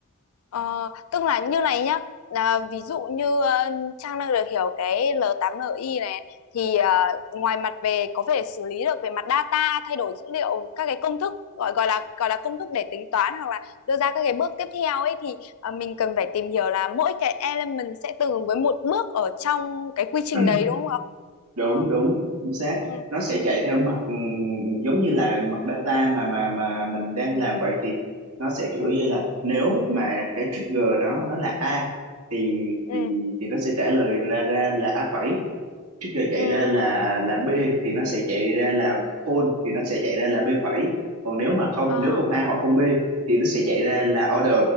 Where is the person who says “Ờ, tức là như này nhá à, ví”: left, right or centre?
Left